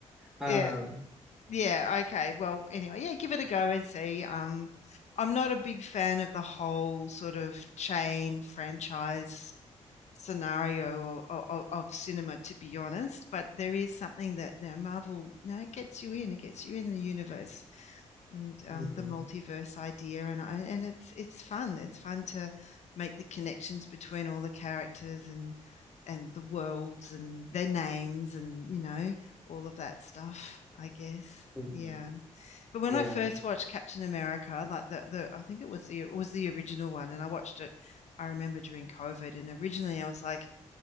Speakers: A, in the centre; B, on the left (about 65°).
A: Um,
B: Yeah. Yeah, okay. Well, anyway, yeah, give it a go and see. Um, I'm not a big fan of the whole sort of chain franchise scenario of, of, of cinema, to be honest, but there is something that you know, Marvel, you know, it gets you in, it gets you in the universe. and um,
A: hmm
B: the multiverse idea and and it's it's fun it's fun to make the connections between all the characters and and the worlds and their names and you know all of that stuff I guess
A: hmm
B: yeah but when
A: Yeah.
B: I first watched Captain America like the the I think it was the it was the original one and I watched it I remember during COVID and originally I was like